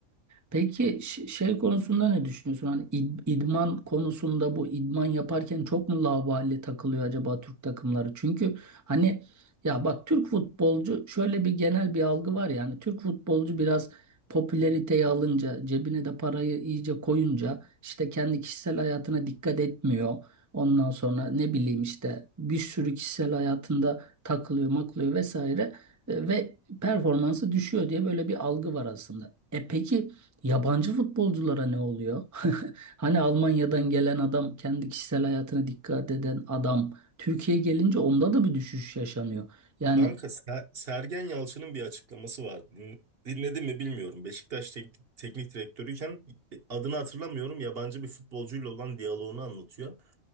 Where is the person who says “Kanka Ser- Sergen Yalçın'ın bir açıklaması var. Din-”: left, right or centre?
Right